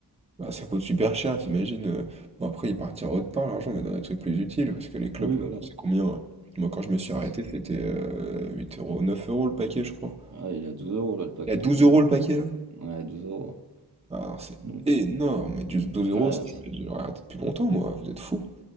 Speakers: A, on the right (about 15°); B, on the right (about 45°).
A: Bah, ça coûte super cher, t'imagines. euh, Bon, après, il partira autre part, l'argent, mais dans des trucs plus utiles, parce que les clopes,
B: Oui, voilà.
A: maintenant, c'est combien? hein Moi, quand je me suis arrêté,
B: Enfin,
A: c'était euh, 8 euros, 9 euros le paquet, je crois.
B: Ah, il est à 12 euros là le paquet,
A: Il y a 12
B: dis-toi.
A: euros le paquet, là.
B: Ouais, 12 euros.
A: Alors, c'est
B: Donc,
A: énorme, mais juste 12 euros,
B: ouais,
A: ça, je
B: c'est-
A: j'aurais raté depuis longtemps, moi, vous êtes fous.